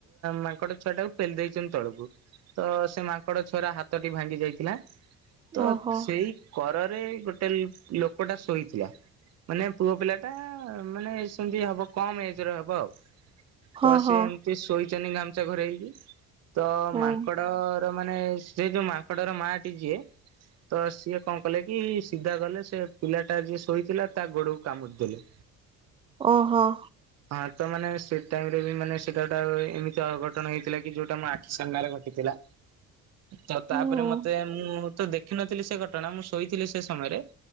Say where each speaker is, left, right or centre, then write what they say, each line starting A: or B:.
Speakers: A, on the right; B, on the right.
A: ମା ମାଙ୍କଡ ଛୁଆ ଟାକୁ ପେଲି ଦେଇଚନ୍ତି ତଳକୁ ତ ସେ ମାଙ୍କଡ ଛୁଆର ହାତଟି ଭାଙ୍ଗି ଯାଇଥିଲା। ତ
B: ଓହୋ
A: ସେଇ କରରେ ଗୋଟେ ଲୋ-ଲୋକଟା ଶୋଇଥିଲା। ମାନେ ପୁଅ ପିଲାଟା ମାନେ ସେମିତି ହବ କମ୍ ଏଜ୍ ର ହବ ଆଉ। ତ
B: ହଁ
A: ସିଏ
B: ହଁ
A: ଏମିତି ଶୋଇଚନି ଗାମୁଛା ଘୋରେଇ ହେଇକି ତ
B: ହୁଁ
A: ମାଙ୍କଡ ମାନେ ସେ ଯୋଉ ମାଙ୍କଡର ମାଟି ଯିଏ। ତ ସିଏ କଣ କଲେ କି ସିଧା ଗଲେ ସେ ପିଲାଟା ଯିଏ ଶୋଇଥିଲା ତା ଗୋଡକୁ କାମୁଡି ଦେଲେ।
B: ଓହୋ।
A: ହଁ ତ ମାନେ ସେ ଟାଇମ୍ ରେ ବି ମାନେ ସେଟା ଗୋଟେ ଏମତି ଅଘଟଣ ହେଇଥିଲା କି ଯୋଉଟା ମୋ ଆଖି ସାମ୍ନାରେ ଘଟିଥିଲା। ତ
B: ହୁଁ
A: ତାପରେ ମତେ ମୁଁ ତ ଦେଖିନଥିଲି ସେ ଘଟଣା ମୁଁ ଶୋଇଥିଲି ସେ ସମୟରେ।